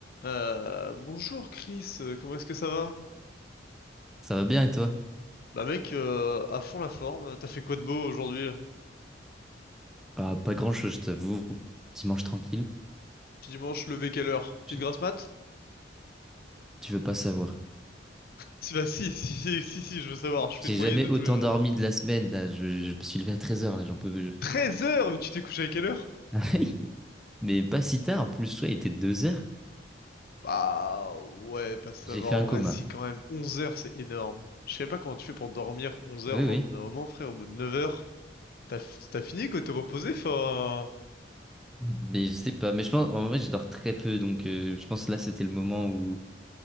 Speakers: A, on the left; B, in the centre.
A: Euh, bonjour Chris, euh, comment est-ce que ça va?
B: Ça va bien et toi?
A: Bah mec, euh, à fond la forme, t'as fait quoi de beau aujourd'hui? là
B: Ah, pas grand-chose, je t'avoue. Dimanche tranquille.
A: Petit dimanche, levé quelle heure? Petite
B: J'ai-
A: grasse mat?
B: Tu veux pas savoir.
A: Si bah si, <laughs> si, si, si, si, je veux savoir, je
B: J'ai
A: fais une moyenne
B: jamais
A: de
B: autant
A: tous les gens.
B: dormi de la semaine, là. Je, je me suis levé à treize heures là, j'en peux plus.
A: 13 heures, mais tu t'es couché à quelle heure?
B: Ah oui Mais pas si tard, en plus, ouais, il était deux heures.
A: Bah ouais, pas savoir
B: J'ai fait un
A: en vrai,
B: coma.
A: si quand même, 11 heures c'est énorme. Je sais même pas comment tu fais pour dormir onze
B: Oui,
A: heures, genre
B: oui.
A: au bout d'un moment frère, au bout de 9 heures, t'as t'as fini quoi, t'es reposé, enfin,
B: Mais je sais pas. Mais je pense, en vrai, je dors très peu, donc euh, je pense que là, c'était le moment où,